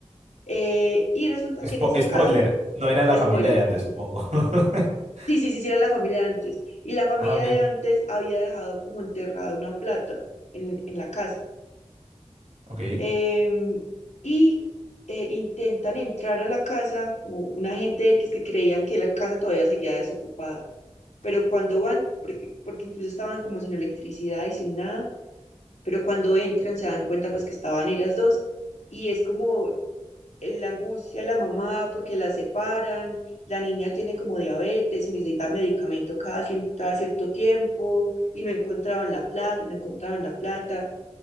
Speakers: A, on the left; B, on the right.
A: Eh, y resulta
B: Spo-
A: que en esa
B: spoiler,
A: casa,
B: no era la
A: spoiler.
B: familia de antes, supongo. <laughs>
A: Sí, sí, sí, sí, era la familia de antes. Y la familia
B: Ah, ok.
A: de antes había dejado como enterrada una plata en, en la casa.
B: Ok.
A: Em, y eh, intentan entrar a la casa, u- una gente X que creían que la casa todavía seguía desocupada. Pero cuando van, porque, porque incluso estaban como sin electricidad y sin nada, pero cuando entran se dan cuenta pues que estaban ellas dos. Y es como la angustia de la mamá porque la separan, la niña tiene como diabetes y necesita medicamento cada, cien- cada cierto tiempo y no encontraban la plata y no encontraban la plata.